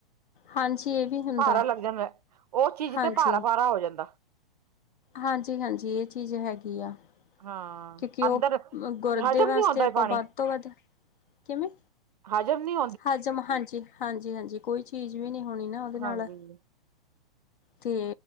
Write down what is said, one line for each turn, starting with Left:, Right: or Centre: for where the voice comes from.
Left: ਹਾਂਜੀ ਇਹ ਵੀ ਹੁੰਦਾ।
Right: ਭਾਰਾ ਲੱਗ ਜਾਂਦਾ। ਉਹ ਚੀਜ਼
Left: ਹਾਂਜੀ,
Right: ਤੇ ਭਾਰਾ- ਭਾਰਾ ਹੋ ਜਾਂਦਾ।
Left: ਹਾਂਜੀ-ਹਾਂਜੀ ਏ ਚੀਜ ਹੈਗੀ ਆ
Right: ਹਾਂ
Left: ਕਿਉਕਿ
Right: ਅੰਦਰ
Left: ੳ ਗੁਰਦੇ
Right: ਹਜ਼ਮ
Left: ਵਾਸਤੇ
Right: ਨੀ ਹੁੰਦਾ
Left: ਆਪਾਂ
Right: ਪਾਣੀ
Left: ਵੱਧ ਤੋਂ ਵੱਧ ਕਿਂਵੇ
Right: ਹਜਮ ਨਹੀ
Left: ਹਜ਼ਮ ਹਾਂਜੀ-ਹਾਂਜੀ-ਹਾਂਜੀ ਕੋਈ ਚੀਜ਼ ਵੀ ਨੀ ਹੋਣੀ ਨਾ ੳਦੇ ਨਾਲ
Right: ਹਾਂਜੀ
Left: ਤੇ